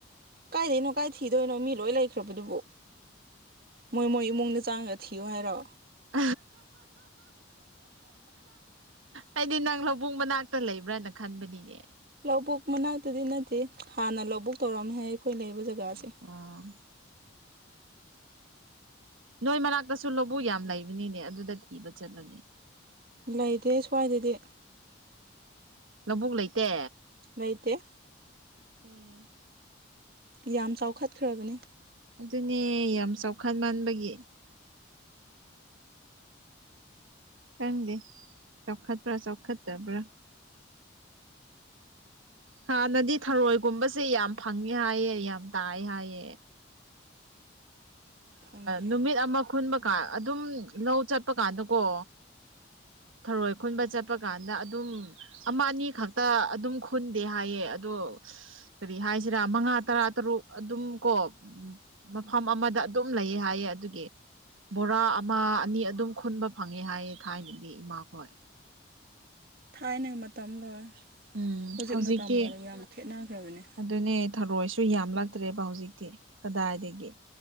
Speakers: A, on the right (about 50°); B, on the right (about 90°).
A: ꯀꯥꯏꯗꯩꯅꯣ ꯀꯥꯏ ꯊꯤꯗꯣꯏꯅꯣ ꯃꯤ ꯂꯣꯏ ꯂꯩꯈ꯭ꯔꯕꯗꯨꯕꯨ ꯃꯣꯏ ꯃꯣꯏ ꯏꯃꯨꯡꯗ ꯆꯥꯡꯉꯒ ꯊꯤꯌꯨ ꯍꯥꯏꯔꯣ
B: <unintelligible> ꯑꯩꯗꯤ ꯅꯪ ꯂꯧꯕꯨꯛ ꯃꯅꯥꯛꯇ ꯂꯩꯕ꯭ꯔꯅ ꯈꯟꯕꯅꯤꯅꯦ
A: ꯂꯧꯕꯨꯛ ꯃꯅꯥꯛꯇꯗꯤ ꯅꯠꯇꯦ ꯍꯥꯟꯅ ꯂꯧꯕꯨꯛ ꯇꯧꯔꯝꯃꯦ ꯍꯥꯏ ꯑꯩꯈꯣꯏ ꯂꯩꯔꯤꯕ ꯖꯒꯥꯁꯦ
B: ꯑꯣ ꯅꯣꯏ ꯃꯅꯥꯛꯇꯁꯨ ꯂꯧꯕꯨꯛ ꯌꯥꯝ ꯂꯩꯕꯅꯤꯅꯦ ꯑꯗꯨꯗ ꯊꯤꯕ ꯆꯠꯂꯣꯅꯦ
A: ꯂꯩꯇꯦ ꯁ꯭ꯋꯥꯏꯗꯗꯤ
B: ꯂꯧꯕꯕꯨꯛ ꯂꯩꯇꯦ
A: ꯌꯩꯇꯩ
B: ꯑꯦ
A: ꯌꯥꯝ ꯆꯥꯎꯈꯠꯈ꯭ꯔꯕꯅꯤ
B: ꯗꯨꯅꯦ ꯌꯥꯝ ꯆꯥꯎꯈꯠ ꯃꯟꯕꯒꯤ ꯈꯪꯗꯦ ꯆꯥꯎꯈꯠꯄ꯭ꯔ ꯆꯥꯎꯈꯠꯇꯕ꯭ꯔ
A: <inaudible>
B: ꯍꯥꯅꯗꯤ ꯊꯔꯣꯏꯒꯨꯝꯕꯁꯦ ꯌꯥꯝ ꯐꯪꯉꯦ ꯍꯥꯏꯌꯦ ꯌꯥꯝ ꯇꯥꯏ ꯍꯥꯏꯌꯦ
A: ꯐꯪꯗꯦ
B: ꯅꯨꯃꯤꯠ ꯑꯃ ꯈꯨꯨꯟꯕꯀꯥꯟ ꯑꯗꯨꯝ ꯂꯧ ꯆꯠꯄ ꯀꯥꯟꯗꯀꯣ ꯊꯔꯣꯏ ꯈꯨꯟꯕ ꯆꯠꯄ ꯀꯥꯟꯗ ꯑꯗꯨꯝ ꯑꯃ ꯑꯅꯤ ꯈꯛꯇ ꯑꯗꯨꯝ ꯈꯨꯟꯗꯦ ꯍꯥꯏꯌꯦ ꯑꯗꯣ ꯀꯔꯤ ꯍꯥꯏꯁꯤꯔ ꯃꯉꯥ ꯇꯔꯥ ꯇꯔꯨꯛ ꯑꯗꯨꯝ ꯀꯣ ꯃꯐꯝ ꯑꯃꯗ ꯑꯗꯨꯝ ꯑꯗꯨꯝ ꯂꯩꯌꯦ ꯍꯥꯏꯌꯦ ꯑꯗꯨꯒꯤ ꯕꯣꯔ ꯑꯃ ꯑꯅꯤ ꯑꯗꯨꯝ ꯈꯨꯟꯕ ꯐꯪꯉꯦ ꯍꯥꯏꯌꯦ ꯊꯥꯏꯅ ꯗꯤ ꯏꯃꯥꯈꯣꯏ
A: ꯊꯥꯏꯅꯒꯤ ꯃꯇꯝꯒ
B: ꯎꯝ
A: ꯍꯧꯖꯤꯛ
B: ꯍꯧꯖꯤꯛꯇꯤ
A: ꯃꯇꯝꯒ ꯌꯥꯝ ꯈꯦꯠꯅꯈ꯭ꯔꯕꯅꯦ
B: ꯑꯗꯨꯅꯦ ꯊꯔꯣꯏꯁꯨ ꯌꯥꯝ ꯂꯛꯇ꯭ꯔꯦꯕ ꯍꯧꯖꯤꯛꯇꯤ ꯀꯗꯥꯏꯗꯒꯤ